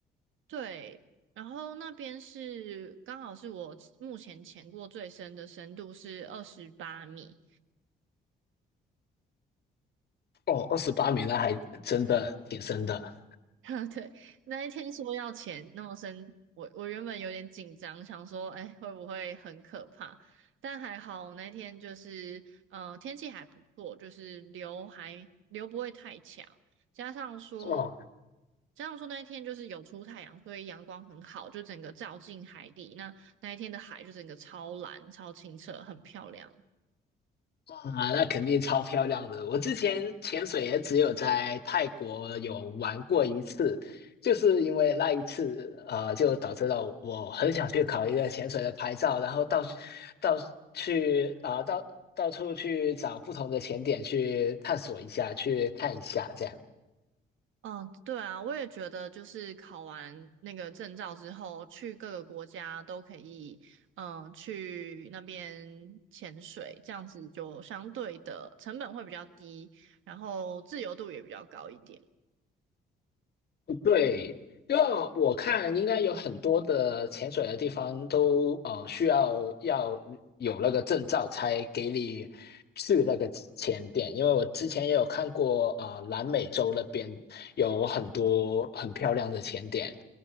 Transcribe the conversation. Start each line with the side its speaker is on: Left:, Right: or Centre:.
Right: 对，然后那边是刚好是我目前潜过最深的深度是二十八米，
Left: 哦，二十八米那还真的挺深的
Right: <laughs> 对，那一天说要钱那么深，我我原本有点紧张，想说，哎，会不会很可怕？但还好那天就是，呃，天气还不错，就是流还流不会太强，加上说，
Left: 哦。
Right: 加上说那一天就是有出太阳，所以阳光很好，就整个照进海底，那那一天的海就整个超蓝、超清澈，很漂亮。
Left: 哇，那肯定超漂亮的。我之前潜水也只有在泰国有玩过一次，就是因为那一次，呃，就导致了我很想去考一个潜水的牌照，然后到到去啊、到到处去找不同的潜点去探索一下，去看一下这样。
Right: 嗯，对啊，我也觉得，就是考完那个证照之后，去各个国家都可以，嗯，去那边潜水，这样子就相对的成本会比较低，然后自由度也比较高一点。
Left: 对，因为我看应该有很多的潜水的地方都呃需要要有那个证照才给你去那个潜点，因为我之前也有看过啊、呃南美洲那边有很多很漂亮的潜点，